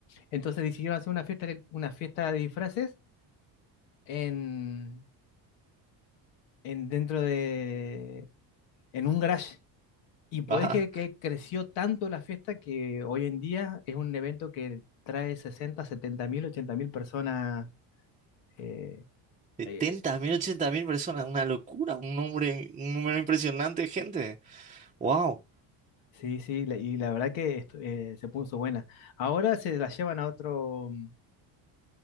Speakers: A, on the left; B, on the right.
A: Entonces decidieron hacer una fiesta, de- una fiesta de disfraces en, en dentro de, en un garage. Y podés
B: Ah,
A: creer que creció tanto la fiesta que hoy en día es un evento que trae 60, 70 mil, 80 mil personas. eh,
B: 70
A: Eh, eh,
B: <laughs> mil, 80 mil personas, una locura, un nombre, un número impresionante de gente. Wow.
A: Sí, sí, la- y la verdad que estu- eh, se puso buena. Ahora se la llevan a otro,